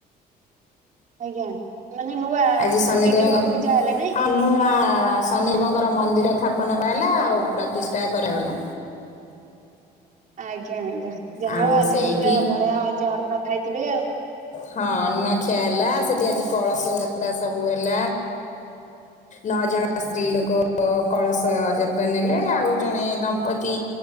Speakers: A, on the right; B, on the left.
A: ଆଜ୍ଞା ମାନେ ନୂଆ
B: ଆଜି ଶନିଦେବଙ୍କ
A: ବିଗ୍ରହ ପୂଜା ହେଲେ ନାଇଁ।
B: ହନୁ ଆ ହଁ ଶନିଦେବ ଙ୍କର ମନ୍ଦିର ଥାପନ କରାହେଲା ଆଉ ପ୍ରତିଷ୍ଠା କରାଗଲା।
A: ଆଜ୍ଞା ଆଜ୍ଞା ଯାହା
B: ଆଉ
A: ହଉ ଆଜି
B: ସେଇଠି
A: ତ ପୁରା ବଢିଆ ଅଜୀ ଅନ୍ନ ଖାଇଥିବେ ଆଉ।
B: ହଁ ଅନ୍ନ ଖିଆ ହେଲା ସେଠି ଆଜି କଳସ ଯାତ୍ରା ସବୁ ହେଲା। ନଅ ଜଣ ସ୍ତ୍ରୀ ଲୋକ କଳସ ଯାତ୍ରା ନେଲେ ଆଉ ଜଣେ ଦମ୍ପତି।